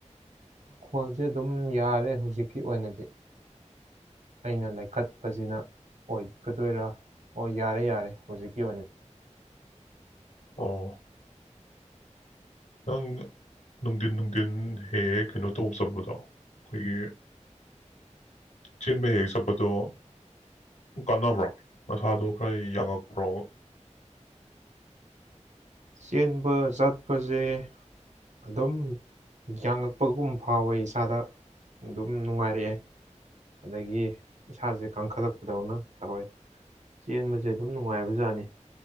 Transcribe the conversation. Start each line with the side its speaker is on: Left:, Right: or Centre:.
Right: ꯃꯈꯣꯜꯁꯦ ꯑꯗꯨꯝ ꯌꯥꯔꯦ ꯍꯧꯖꯤꯛꯀꯤ ꯑꯣꯏꯅꯗꯤ ꯑꯩꯅ ꯂꯩꯈꯠꯄꯁꯤꯅ ꯑꯣꯏꯒꯗꯣꯏꯔꯥ ꯑꯣ ꯌꯥꯔꯦ ꯌꯥꯔꯦ ꯍꯧꯖꯤꯛꯀꯤ ꯑꯣꯏꯅꯗꯤ
Left: ꯑꯣ ꯅꯪ ꯅꯨꯡꯊꯤꯟ ꯅꯨꯡꯊꯤꯟ ꯍꯦꯛ ꯍꯦꯛ ꯀꯩꯅꯣ ꯇꯧꯕ ꯆꯠꯄꯗꯣ ꯑꯩꯈꯣꯏꯒꯤ ꯆꯦꯟꯕ ꯍꯦꯛ ꯍꯦꯛ ꯆꯠꯄꯗꯣ ꯀꯥꯟꯅꯕ꯭ꯔꯣ ꯅꯁꯥꯗꯣ ꯈꯔ ꯌꯥꯡꯉꯛꯄ꯭ꯔꯣ
Right: ꯆꯦꯟꯕ ꯆꯠꯄꯁꯦ ꯑꯗꯨꯝ ꯌꯥꯡꯉꯛꯄꯒꯨꯝ ꯐꯥꯎꯋꯦ ꯏꯁꯥꯗ ꯑꯗꯨꯝ ꯅꯨꯡꯉꯥꯏꯔꯛꯑꯦ ꯑꯗꯒꯤ ꯏꯁꯥꯁꯦ ꯀꯪꯈꯠꯂꯛꯄꯗꯧꯅ ꯇꯧꯋꯦ ꯆꯦꯟꯕꯁꯦ ꯑꯗꯨꯝ ꯅꯨꯡꯉꯥꯏꯕꯖꯥꯠꯅꯤ